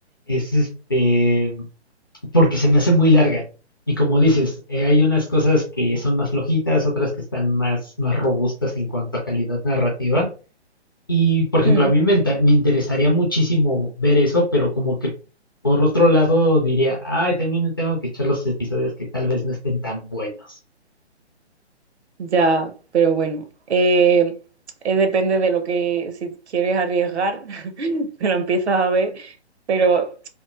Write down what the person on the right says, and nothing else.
Mm.
Ya, pero bueno, eh, eh, depende de lo que, si quieres arriesgar, <laughs> te lo empiezas a ver, pero